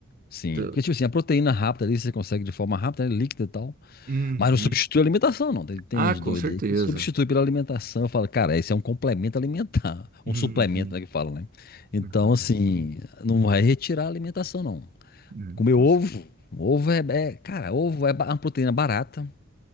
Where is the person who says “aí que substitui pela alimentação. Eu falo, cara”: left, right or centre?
Left